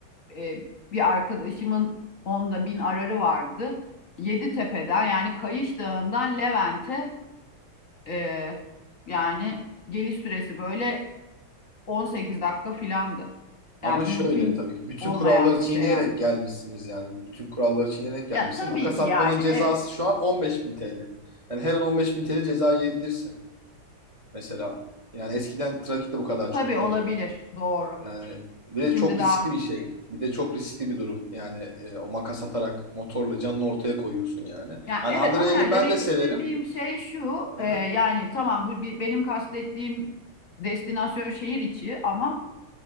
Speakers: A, on the left; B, on the right.
A: e, bir arkadaşımın onda bin ararı vardı. Yeditepe'den yani Kayış Dağı'ndan Levent'e e, yani geliş süresi böyle 18 dakika filandı.
B: Ama
A: Yani
B: şöyle
A: mümkün
B: tabii ki bütün
A: olmayan
B: kuralları çiğneyerek
A: bir şey yani.
B: gelmişsiniz yani. Bütün kuralları çiğneyerek gelmişsin.
A: Ya tabii
B: Makas
A: ki
B: atmanın
A: yani
B: cezası
A: e,
B: şu an 15.000 TL. Yani her an 15.000 TL ceza yiyebilirsin mesela. Yani eskiden trafik de bu kadar çok
A: tabii olabilir
B: değil.
A: doğru.
B: Yani ve
A: Şimdi
B: çok riskli
A: daha
B: bir şey.
A: şey.
B: Bir de çok riskli bir durum. Yani e, o makas atarak motorla canını ortaya koyuyorsun yani. Hani
A: Yani evet
B: adrenalin
A: ama yani
B: ben
A: demek
B: de severim.
A: istediğim şey şu
B: Aha.
A: e, yani tamam bu bir, benim kastettiğim destinasyon şehir içi ama